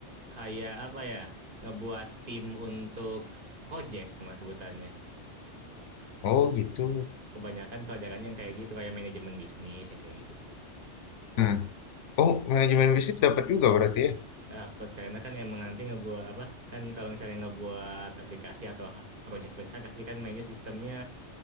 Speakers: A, on the right; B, on the left.
A: kayak apa ya? Ngebuat tim untuk project mas sebutannya.
B: Oh gitu.
A: Kebanyakan pelajarannya yang kayak gitu, kayak manajemen bisnis yang kayak gitu tuh.
B: Hmm. Oh, manajemen bisnis dapat juga berarti ya?
A: Dapet, karena kan emang nanti ngebuat apa? Kan kalau misalnya ngebuat aplikasi atau ha- project besar pasti kan mainnya sistemnya